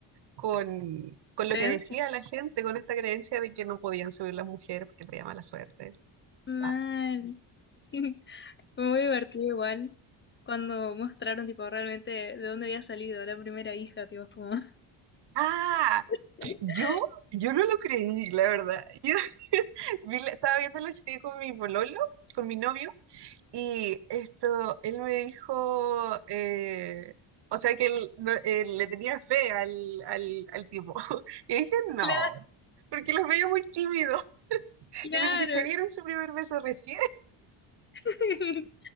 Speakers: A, on the right; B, on the left.
A: con, con
B: creencia.
A: lo que decía la gente, con esta creencia de que no podían subir las mujeres porque traía mala suerte.
B: Mal.
A: Ah,
B: <laughs> Fue muy divertido igual cuando mostraron tipo realmente de dónde había salido la primera hija, tipo como...
A: Ah,
B: <laughs>
A: yo, yo no lo creí, la verdad. Yo <laughs> vi la- estaba viendo la serie con mi pololo, con mi novio, Y esto, él me dijo, eh, o sea que él, no- él le tenía fe al, al, al tipo. <laughs> Y dije, no,
B: Claro,
A: porque los veía muy tímidos. <laughs>
B: claro.
A: Y le dije, se dieron su primer beso recién.
B: <laughs>